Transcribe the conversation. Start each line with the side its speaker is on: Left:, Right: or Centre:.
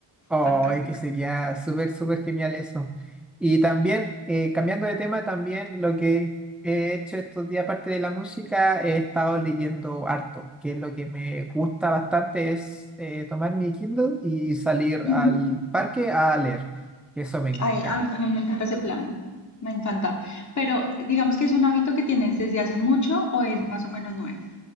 Centre: Ay,
Left: fantástico.
Centre: que sería súper, súper genial eso. Y también, eh, cambiando de tema, también lo que he hecho estos días, aparte de la música, he estado leyendo harto, que es lo que me gusta bastante, es eh, tomar mi Kindle y salir
Left: Ujú.
Centre: al parque a leer. Eso me, me
Left: Ay,
Centre: encanta.
Left: a mí también me encanta ese plan. Me encanta. Pero digamos que es un hábito que tienes desde hace mucho o es más o menos nuevo.